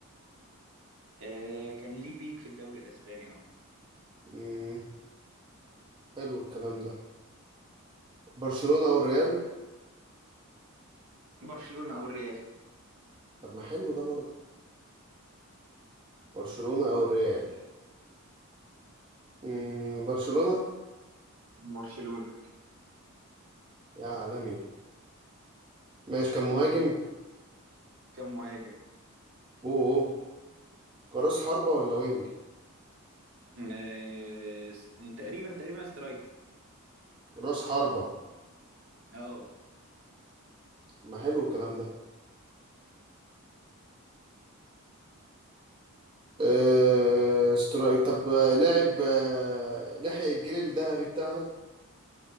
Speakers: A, on the right; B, on the right.
A: آه كان ليه بيك في الدوري الاسباني
B: مم. حلو الكلام ده برشلونة او الريال
A: برشلونة او الريال
B: طب ما حلو ده برضه برشلونة او الريال مم. برشلونة
A: برشلونة
B: يا عالمي ماشي كان مهاجم
A: كم مهاجم
B: اوه اوه كراس حربة ولا وينج
A: آه، س- تقريبا تقريبا سترايكر
B: راس حربة
A: اه
B: طب ما حلو الكلام ده أه... استرا... طب آه، لاعب أه... لحق الجيل الذهبي بتاعنا